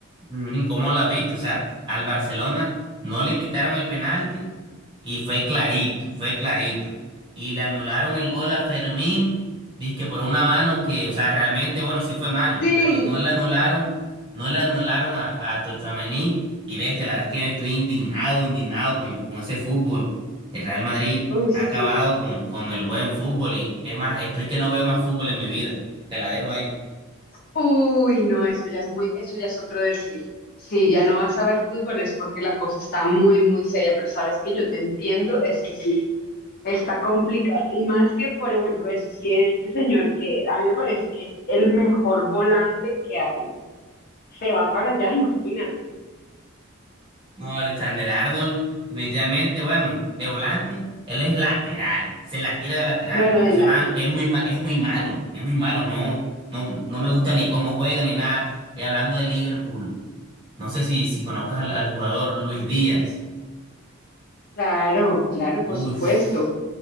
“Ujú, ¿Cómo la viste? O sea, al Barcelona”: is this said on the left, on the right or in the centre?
Right